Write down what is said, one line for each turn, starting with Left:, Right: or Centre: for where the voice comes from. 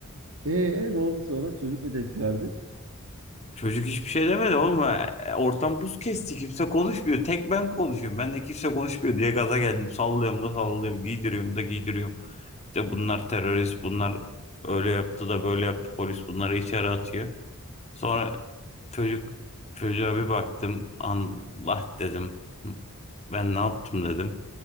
Right: Ee, e, ne oldu sonra? Çocuk mu tepki verdi?
Left: Çocuk hiçbir şey demedi oğlum. E, Ortam buz kesti. Kimse konuşmuyor. Tek ben konuşuyorum. Ben de kimse konuşmuyor diye gaza geldim. Sallıyorum da sallıyorum. Giydiriyorum da giydiriyorum. İşte bunlar terörist. Bunlar öyle yaptı da böyle yaptı. Polis bunları içeri atıyor. Sonra çocuk çocuğa bir baktım. Allah dedim. Ben ne yaptım dedim.